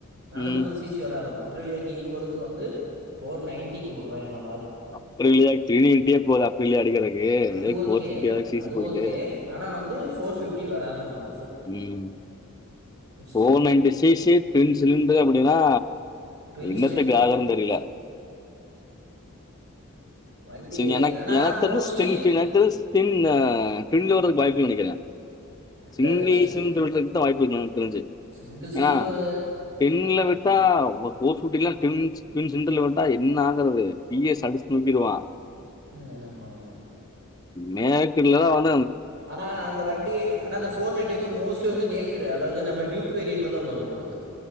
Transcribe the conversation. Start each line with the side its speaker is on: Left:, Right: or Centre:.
Right: நானுத்தம்பது
Left: ம்.
Right: சீசி வராதமா அப்ரலியாக்கு ஈக்குவலுக்கு வந்து ஃபோர் நைன்டிக்கு விடுறாயிங்லா
Left: அப்புற இல்லையா <unintelligible> போகுது அப்போயில்லையா அடுக்கிறதுகு <unintelligible>
Right: அது ஓகே
Left: ஃபோர் பிஃப்டி சி
Right: அது
Left: சி போயிட்டு
Right: ஓகே ஆனா வந்து ஃபோர் பிஃப்டி வராத் ஆமா
Left: உம் ஃபோர்
Right: ட்ரெயின்
Left: நைன்டி சிசி பின் சிலிண்டர் <unintelligible> அப்டின்னா
Right: ட்வின்
Left: இன்னத்துக்கு
Right: சிலிண்ட்ரு
Left: ஆகார தெரியில
Right: வண்டி
Left: சி எனக்
Right: ஆனா
Left: எனக்கு தெரிஞ்ச
Right: மோஸ்ட்லி
Left: ஸ்கின் <unintelligible> ஸ்டின்னு பிரிண்ட் வறதுக்கு வாய்ப்பு நனைக்கிறே
Right: இல்ல
Left: சிங்லீஷ்ன்றது
Right: அது சி
Left: <unintelligible> வாயாப்பு ருக்கலான் தெரிஞ்சு
Right: சிங்கிள்
Left: ஏனா
Right: சிலிண்ட்ரு
Left: பிண்ல விட்டா <unintelligible> ஃபோர் ஃபிஃப்டிலா பின்ஸ் பின் சென்டர்ல வன்டா என்ன ஆகுறது பி எஸ் அடிச்சு தூக்கிடுவா
Right: ம் ஆமா ஆமா
Left: நேர்கிடல தா வந்
Right: ஆனா அந்த வண்டி ஆனா அந்த ஃபோர் நைன்டி வந்து மோஸ்ட்லி வந்து நேக்குடு அதாவது நம்ம டியூக் க்கு ரீன்ல தா வரும்போல இருக்கு